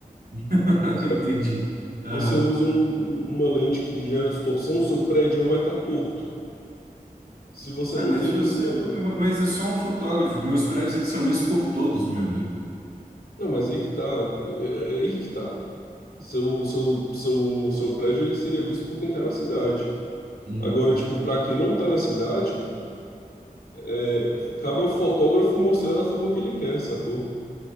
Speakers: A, on the right; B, on the left.
A: <laughs>
B: sabe?
A: Entendi. Aham.
B: Você usa um- uma lente que gera distorção, o seu prédio vai estar torto. Se você
A: É,
B: não
A: mas
B: tem
A: você,
B: uma.
A: mas é só um fotógrafo. Meus prédios eles são vistos por todos, meu amigo.
B: Não, mas aí que tá. É, é- é aí que tá. Seu, seu, seu, seu prédio ele seria visto por quem tá na cidade.
A: Uhum,
B: Agora, tipo, pra quem não tá na cidade, é, cabe ao fotógrafo mostrar da forma que ele quer, sacou?